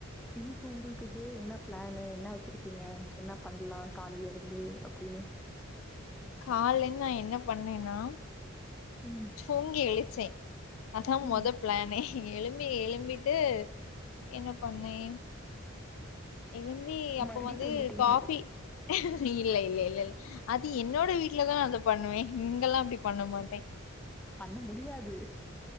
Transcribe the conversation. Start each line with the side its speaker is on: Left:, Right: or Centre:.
Centre: இன்னைக்கு உங்களுக்கு டுடே என்ன பிளானு என்ன வச்சிருக்கீங்க என்ன பண்ணலா கால்ல இருந்து அப்படின்னு
Left: கால்லேந்து நா என்ன பண்ணேன்னா
Centre: ம்
Left: தூங்கி எழுச்சே அதா
Centre: ம்
Left: மொத பிளானே எழும்பி எழும்பிட்டு என்ன பண்ணே எழும்பி அப்போ
Centre: மறுபடியு
Left: வந்து
Centre: தூங்கிட்டீங்க
Left: காஃபி இல்ல இல்ல இல்ல இல்ல அது என்னோட வீட்லதா அத பண்ணுவே இங்கல்லா அப்டி பண்ண மாட்டே
Centre: பண்ண முடியாது